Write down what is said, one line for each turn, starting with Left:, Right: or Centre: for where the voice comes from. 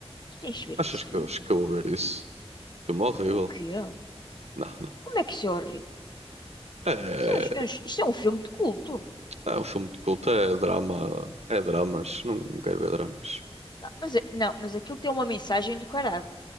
Left: Tu tens de ver
Right: achas
Left: esse filme?
Right: que, eu- acho que eu vou ver isso? Filme horrível.
Left: O quê?
Right: Não, não.
Left: Como é que isso é horrível?
Right: É,
Left: Isso é um, é um- isso é um filme de culto.
Right: é um filme de culto, é drama, é dramas. Não quero ver dramas.
Left: Não, mas, é- não, mas aquilo tem uma mensagem do caralho.